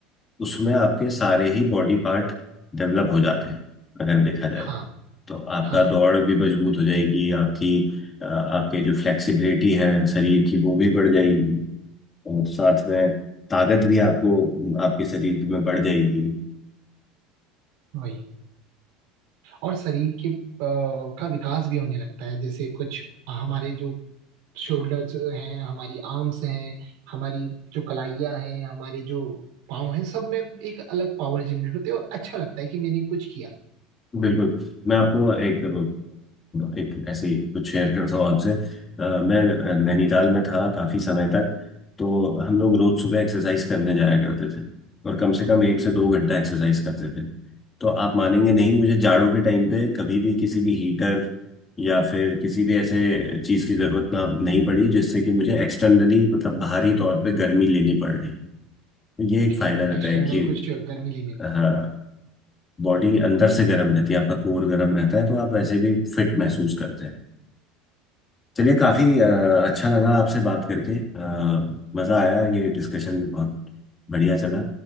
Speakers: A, on the left; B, on the right.
A: उसमें आपके सारे ही बॉडी पार्ट डेवलप हो जाते हैं अगर देखा जाए
B: हाँ
A: तो आपका
B: हाँ
A: दौड़ भी मजबूत हो जाएगी आपकी अ, आपके जो फ्लेक्सिबिलिटी है शरीर की वो भी बढ़ जाएगी और साथ में ताकत भी आपको आपके शरीर में बढ़ जाएगी
B: वही और शरीर के अ, का विकास भी होने लगता है जैसे कुछ हमारे जो शोल्डर्स हैं हमारी आर्म्स हैं हमारी जो कलाइयाँ हैं हमारी जो पाँव हैं सब में एक अलग पावर जनरेट होती है और अच्छा लगता है कि मैंने कुछ किया
A: बिल्कुल मैं आपको एक अ, एक ऐसी कुछ शेयर करता हूँ आपसे अ, मैं नैनीताल में था काफी समय तक तो हम लोग रोज सुबह एक्सरसाइज करने जाया करते थे और कम से कम एक से दो घंटा एक्सरसाइज करते थे तो आप मानेंगे नहीं मुझे जाड़ों के टाइम पे कभी भी किसी भी हीटर या फिर किसी भी ऐसे चीज की जरूरत ना नहीं पड़ी जिससे कि मुझे एक्सटर्नली मतलब बाहरी तौर पे गर्मी लेनी पड़ रही तो ये
B: ओके
A: एक फायदा रहता
B: एक्सटर्नल
A: है कि
B: कुछ गर्मी लेने
A: हाँ बॉडी अंदर से गर्म रहती है आपका कोर गर्म रहता है तो आप वैसे भी फिट महसूस करते हैं चलिए काफी अ, अच्छा लगा आपसे बात करके अ, मजा आया ये डिस्कशन बहुत बढ़िया चला